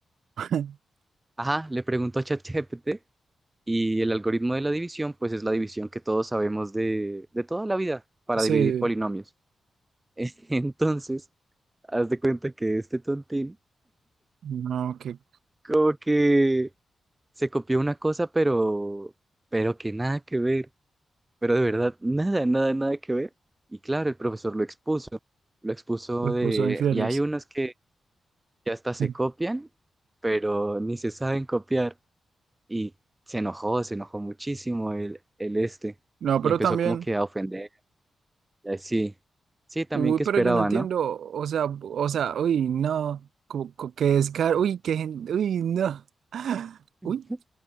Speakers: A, on the right; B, on the right.
A: <laughs>
B: Ajá, le pregunto a ChatGPT y el algoritmo de la división, pues es la división que todos sabemos de, de toda la vida para
A: Sí,
B: dividir polinomios. <laughs> Entonces, haz de cuenta que este tontín
A: no, que
B: como que se copió una cosa, pero, pero que nada que ver. pero de verdad, nada, nada, nada que ver. Y claro, el profesor lo expuso, lo expuso
A: les
B: de,
A: puso infieles.
B: y hay unos que ya hasta se
A: <laughs>
B: copian, pero ni se saben copiar. Y se enojó, se enojó muchísimo el, el este,
A: No, pero
B: y empezó
A: también,
B: como que a ofender. y así, sí, también
A: uy,
B: que
A: pero
B: esperaba,
A: yo no entiendo,
B: ¿no?
A: o sea, o sea, uy, no, co- co- qué descaro, uy, qué, gen- uy, no, <laughs>
B: Ujú.
A: uy,